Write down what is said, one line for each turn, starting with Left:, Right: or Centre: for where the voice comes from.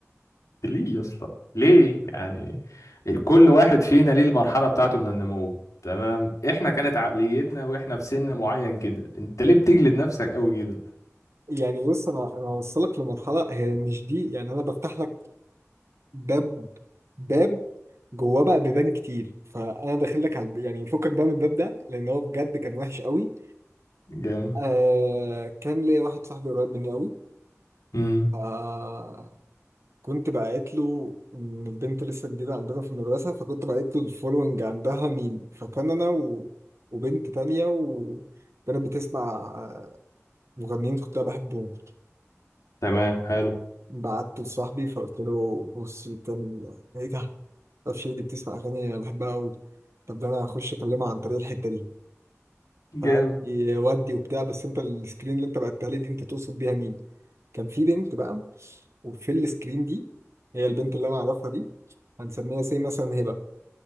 Left: ليه يا اسطى ليه يعني كل واحد فينا ليه المرحله بتاعته من النمو تمام احنا كانت عقليتنا واحنا في سن معين كده انت ليه بتجلد نفسك قوي كده
Right: يعني بص انا انا هوصلك لمرحله هي مش دي يعني انا بفتح لك باب باب جواه بقى بيبان كتير فانا داخل لك على الب- يعني فكك بقى من الباب ده لان هو بجد كان وحش قوي
Left: جامد
Right: آه كان ليا واحد صاحبي قريب مني
Left: امم
Right: قوي كنت بعت له ان البنت لسه جديده عندنا في المدرسه فكنت بعت له الفولوينج عندها مين فكان انا و... وبنت تانية وكانت بتسمع مغنيين كنت انا بحبهم
Left: تمام حلو
Right: فبعت لصاحبي فقلت له بص بتعمل ايه إيه ده معرفش ايه دي بتسمع اغاني انا بحبها قوي طب ده انا هخش اكلمها عن طريق الحته دي
Left: جامد
Right: فقال لي ودي وبتاع بس انت السكرين اللي انت بعتها لي دي انت تقصد بيها مين كان في بنت بقى وفي السكرين دي هي البنت اللي انا اعرفها دي هنسميها سي مثلا هبه